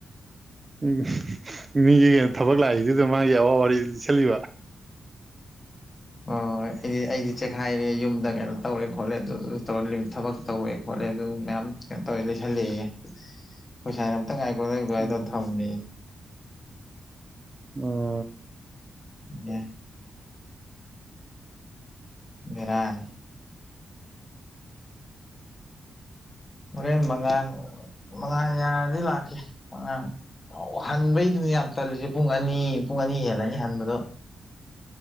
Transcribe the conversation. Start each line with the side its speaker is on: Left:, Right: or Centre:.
Right: ꯎꯝ ꯃꯤꯒꯤ ꯀꯩꯅꯣ ꯊꯕꯛ ꯂꯥꯛꯏꯗꯨꯗ ꯃꯥꯒꯤ ꯑꯋꯥꯕ ꯋꯥꯔꯤꯗꯨ ꯂꯤꯁꯜꯂꯤꯕ
Left: ꯑꯣ ꯑꯩꯗꯤ ꯑꯩꯗꯤ ꯆꯦꯛꯈꯥꯏꯔꯦ ꯌꯨꯝꯗ ꯀꯩꯅꯣ ꯇꯧꯔꯦ ꯈꯣꯠꯂꯦ ꯑꯗꯨ ꯇꯧꯔ ꯂꯤꯃ ꯊꯕꯛ ꯇꯧꯋꯦ ꯈꯣꯠꯂꯦ ꯑꯗꯨ ꯃꯌꯥꯝ ꯀꯩꯅꯣ ꯇꯧꯋꯦ ꯂꯩꯁꯜꯂꯦꯌꯦ ꯑꯩꯈꯣꯏ ꯁꯥꯏꯅ ꯉꯥꯏꯈꯣ ꯉꯥꯏꯈꯣ ꯍꯥꯏꯔ
Right: ꯎꯝ
Left: ꯊꯝꯃꯤ
Right: ꯎꯝ
Left: ꯎꯝ ꯕꯦꯔꯥꯅꯤ ꯍꯣꯔꯦꯟ ꯃꯉꯟ ꯃꯉꯥꯟ ꯌꯥꯔꯗꯤ ꯂꯥꯛꯀꯦ ꯃꯉꯥꯟ ꯑꯣ ꯍꯟꯕꯩꯗꯨꯅꯦ ꯌꯥꯝ ꯇꯜꯂꯤꯁꯦ ꯄꯨꯡ ꯑꯅꯤ ꯄꯨꯡ ꯑꯅꯤ ꯍꯦꯜꯂꯅꯤ ꯍꯟꯕꯗꯣ